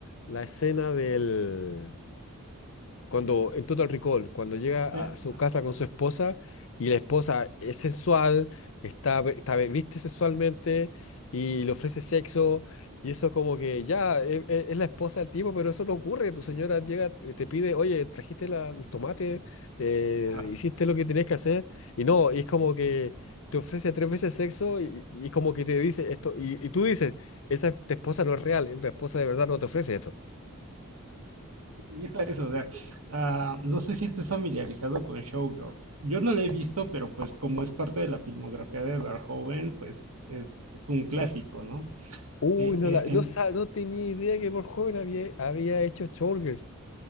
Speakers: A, on the left; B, on the right.
A: la escena del... Cuando en Total Recall, cuando llega
B: Eh,
A: a su casa con su esposa y la esposa es sensual, está, ve- está ve- viste sexualmente y le ofrece sexo y eso como que ya e- e- es, la esposa del tipo, pero eso no ocurre. Tu señora llega y te pide, oye, trajiste la, los tomates, Eh,
B: ah,
A: hiciste lo que tenías que hacer y no, y es como que te ofrece tres veces sexo y, y es como que te dice esto y, y tú dices, esa es- tu esposa no es real, eh, una esposa de verdad no te ofrece esto.
B: y deja eso, o sea, ah, no sé si estés familiarizado con Showgirls. Yo no la he visto, pero pues como es parte de la filmografía de Verhoeven, pues es, es un clásico, ¿no?
A: Uy,
B: Eh,
A: no,
B: eh,
A: la, no,
B: en-
A: sa- no tenía idea que por joven había, había hecho Showgirls.